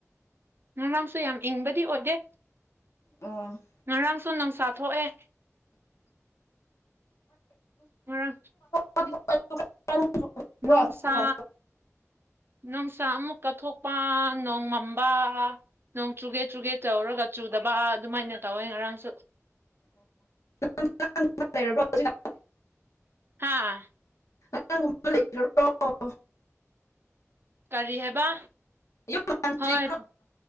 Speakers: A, on the right (about 45°); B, on the left (about 70°).
A: ꯃꯔꯥꯡꯁꯨ ꯌꯥꯝ ꯏꯪꯕꯗꯤ ꯑꯣꯏꯗꯦ
B: ꯎꯝ
A: ꯉꯔꯥꯡꯁꯨ ꯅꯨꯡꯁꯥ ꯊꯣꯛꯑꯦ ꯑ
B: <inaudible> ꯈꯔ
A: ꯅꯨꯡꯁꯥ
B: ꯐꯕ
A: ꯅꯨꯡꯁꯥ ꯑꯃꯨꯛ ꯀꯠꯊꯣꯛꯄ ꯑꯅ ꯎ ꯃꯝꯕ ꯅꯣꯡ ꯆꯨꯒꯦ ꯆꯨꯒꯦ ꯇꯧꯔꯒ ꯆꯨꯗꯕ ꯑꯗꯨꯃꯥꯏꯅ ꯇꯧꯋꯦ ꯉꯔꯥꯡꯁꯨ
B: ꯑꯣ ꯂꯩꯔꯕꯣ ꯍꯧꯖꯤꯛ
A: ꯍꯥꯥ
B: ꯑꯉꯥꯡꯒꯨꯝ ꯂꯩꯇ꯭ꯔꯕ꯭ꯔꯣ
A: ꯀꯔꯤꯍꯦꯕ
B: ꯌꯨꯝ ꯄꯥꯟꯗ꯭ꯔꯤꯕ꯭ꯔꯣ
A: ꯍꯣꯏ